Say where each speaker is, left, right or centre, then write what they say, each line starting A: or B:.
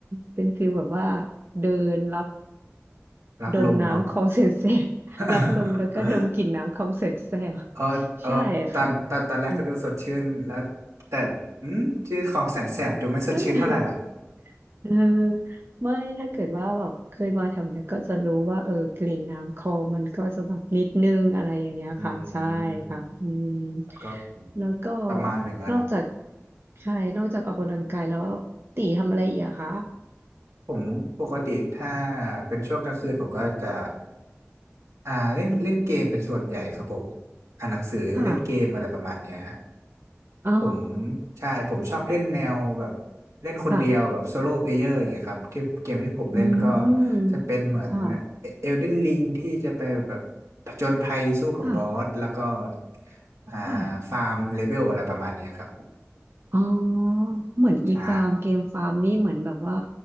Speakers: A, on the right; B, on the right.
A: เป็นฟีลแบบว่าเดินรับ
B: รับลมเนาะ
A: ดมน้ำคลองแสนแสบ <laughs> รับลมแล้วก็ดมกลิ่นน้ำคลองแสนแสบ
B: <laughs> เออเออตอนตอนตอนแรกก็ดูสดชื่นแล้วแต่อืมชื่อของแสนแสบดูไม่สดชื่นเท่าไหร่ล่ะ
A: ใช่ค่ะอืม <laughs> เออไม่ถ้าเกิดว่าแบบเคยมาแถวเนี้ยก็จะรู้ว่าเออกลิ่นน้ำคลองมันก็จะแบบนิดนึงอะไรอย่างเงี้ยค่ะใช่ค่ะอืม
B: <laughs> อืมก็
A: แล้วก็
B: ประมาณหนึ่งอะเนาะ
A: นอกจากใช่นอกจากออกกำลังกายแล้วตีทำอะไรอีกอะคะ
B: ผมปกติถ้าเป็นช่วงกลางคืน ผมก็จะอ่าเล่นเล่นเกมเป็นส่วนใหญ่ครับผมอ่านหนังสือเล่นเกมอะไรประมาณเนี้ยฮะ
A: ค่ะอ๋อ
B: ผมใช่ผมชอบเล่นแนวแบบเล่นคนเดียวแบบโซโล่เพลเยอร์อย่างเงี้ยครับที่เกมที่ผมเล่นก็
A: ค่ะอืม
B: จะเป็นเหมือน
A: ค่ะ
B: เอลเดนลิงที่จะไปแบบผจญภัยสู้กับบอสแล้วก็
A: ค่ะ
B: อ่า
A: ค่ะ
B: ฟาร์มเลเวลอะไรประมาณเนี้ยครับ
A: อ๋อเหมือนอีฟาร์มเกมฟาร์มนี่เหมือนแบบว่า
B: ใช่